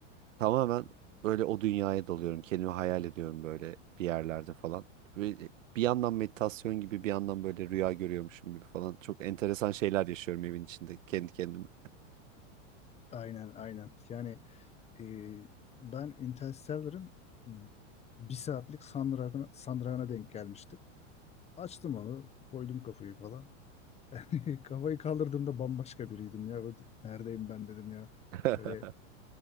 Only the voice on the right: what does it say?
Tamamen böyle o dünyaya dalıyorum. Kendimi hayal ediyorum böyle bir yerlerde falan. Ve bir yandan meditasyon gibi bir yandan böyle rüya görüyormuşum gibi falan. Çok enteresan şeyler yaşıyorum evin içinde kendi kendime.
<laughs>